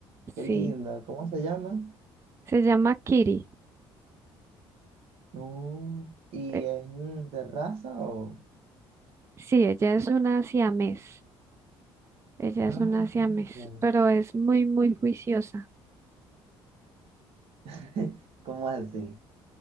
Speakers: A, on the right; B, on the right.
A: qué
B: Sí,
A: lindo, ¿cómo se llama?
B: se llama Kiri.
A: Oh, ¿y
B: Eh,
A: es mm, de raza o...?
B: sí, ella es una siamés. Ella
A: Ay,
B: es una siamés,
A: qué lindo.
B: pero es muy, muy juiciosa.
A: <laughs> ¿Cómo así?